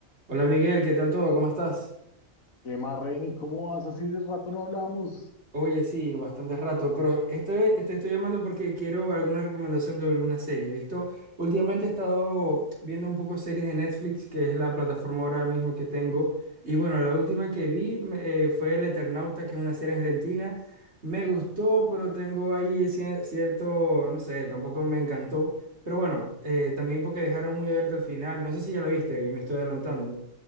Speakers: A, on the right; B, on the left.
A: Hola Miguel, ¿qué tal todo? ¿Cómo estás?
B: ¿Qué más, Reni? ¿Cómo vas? Así de rato no hablamos.
A: Oye, sí, bastante rato, pero este, te estoy llamando porque quiero alguna recomendación de alguna serie. He visto, últimamente he estado viendo un poco series de Netflix, que es la plataforma ahora mismo que tengo. Y bueno, la última que vi me- eh, fue El Eternauta, que es una serie argentina. Me gustó, pero tengo ahí cier- cierto, no sé, tampoco me encantó. Pero bueno, eh, también porque dejaron muy abierto al final. No sé si ya la viste y me estoy adelantando.
B: Mira,